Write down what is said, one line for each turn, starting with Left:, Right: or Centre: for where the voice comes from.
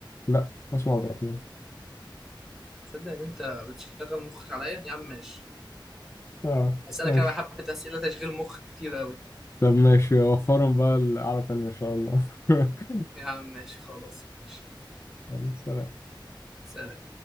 Left: لا اسمه عبد الرحمن
Centre: تصدق ان انت بتشغل مخك عليا يا عم ماشي
Left: آه
Centre: هسألك
Left: ماشي
Centre: انا بقى حبة اسئلة تشغيل مخ كتير قوي
Left: طب ماشي وفرهم بقى القعدة التانية إن شاء الله <laughs>
Centre: يا عم ماشي خلاص ماشي
Left: يلا، سلام
Centre: سلام